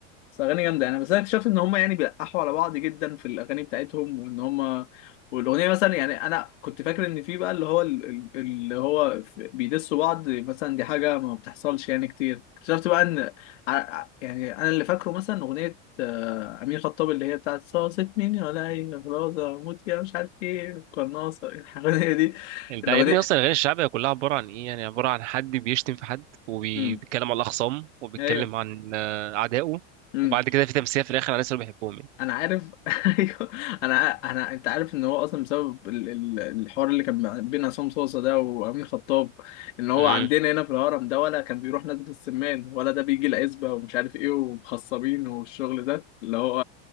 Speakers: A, on the left (about 85°); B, on the right (about 80°).
A: بس اغاني جامده انا بس انا اكتشفت ان هم يعني بيلقحوا على بعض جدا في الاغاني بتاعتهم وان هم والاغنيه مثلا يعني انا كنت فاكر ان في بقى اللي هو ال- ال- اللي هو في- بيدسوا بعض مثلا دي حاجه ما بتحصلش يعني كتير اكتشفت بقى ان ع- يعني انا اللي فاكره مثلا اغنيه آه، امين خطاب اللي هي بتاعت صاصت مين ولا اي خلاص اموت يا مش عارف ايه قناصه الأغنية دي
B: أنت
A: الاغنيه
B: يا ابني أصلا الأغاني الشعبية كلها عبارة عن إيه يعني عبارة عن حد بيشتم في حد وبيتكلم
A: امم
B: على الأخصام وبيتكلم
A: ايوه
B: عن آه، أعدائه
A: امم
B: وبعد كده في تمثيل في الآخر على الناس اللي بيحبهم يعني
A: انا عارف <laughs> ايوه انا ع- انا انت عارف ان هو اصلا بسبب ال- ال- الحوار اللي كان مع- بين عصام صوصه ده وامين خطاب ان هو
B: بس
A: عندنا هنا في الهرم ده ولا كان بيروح نادي السمان ولا ده بيجي العزبه ومش عارف ايه ومخصبين والشغل ده اللي هو